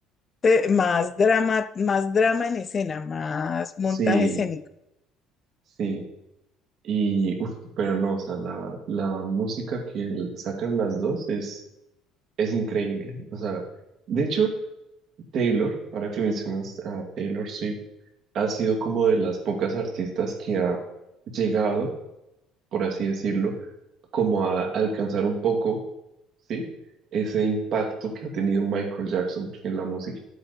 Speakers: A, on the left (about 30°); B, on the right (about 55°).
A: Te- Más drama, más drama en escena, más montaje
B: Sí,
A: escénico.
B: sí. Y, uf, pero no, o sea, la, la música que l- sacan las dos es, es increíble. O sea, de hecho, Taylor, ahora que mencionas a Taylor Swift, ha sido como de las pocas artistas que ha llegado, por así decirlo, como a alcanzar un poco ¿sí? Ese impacto que ha tenido Michael Jackson en la música.